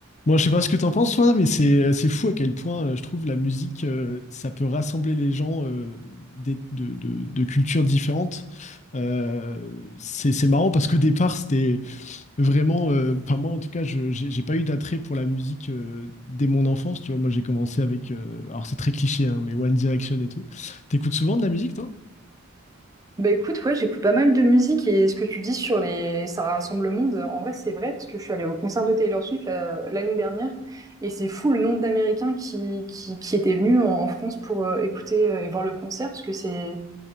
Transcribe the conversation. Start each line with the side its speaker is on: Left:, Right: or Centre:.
Left: Moi, je sais pas ce que t'en penses, toi, mais c'est c'est fou à quel point euh, je trouve la musique, euh, ça peut rassembler les gens euh, des- de, de- de cultures différentes. Euh, c'est c'est marrant parce qu'au départ, c'était vraiment, euh, enfin moi en tout cas, je j'ai j'ai pas eu d'attrait pour la musique euh, dès mon enfance. Tu vois, moi j'ai commencé avec, euh, alors c'est très cliché, hein, mais One Direction et tout. T'écoutes souvent de la musique, toi?
Right: Bah écoute, ouais, j'écoute pas mal de musique et ce que tu dis sur les ça rassemble le monde, en vrai c'est vrai parce que je suis allée au concert de Taylor Swift euh, l'année dernière et c'est fou le nombre d'Américains qui, qui qui étaient venus en, en France pour euh, écouter euh, et voir le concert parce que c'est